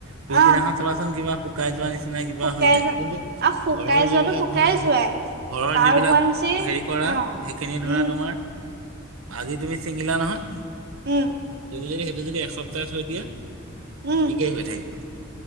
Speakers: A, on the right (about 80°); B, on the right (about 50°).
A: পিছদিনাখন
B: আহ
A: চাবাচোন কিবা শুকাই যোৱা নিচিনাক কিবা
B: শুকাই
A: হৈ যায়,
B: যা
A: কিন্তু
B: আৰু শুকাই
A: ঘৰৰ যিবিলাক
B: যোৱাটো শুকাই
A: ধৰা,
B: যোৱাই
A: ঘৰৰ
B: তাৰ
A: যিবিলাক
B: উপৰেঞ্চি
A: হেৰি কৰা
B: অ
A: সেইখিনি ধৰা
B: উম
A: তোমাৰ, আজি তুমি চিঙিলা নহয়।
B: উম।
A: তুমি যদি সেইটো যদি এস্তাহ থৈ দিয়া।
B: উম
A: একেই হৈ থাকিব,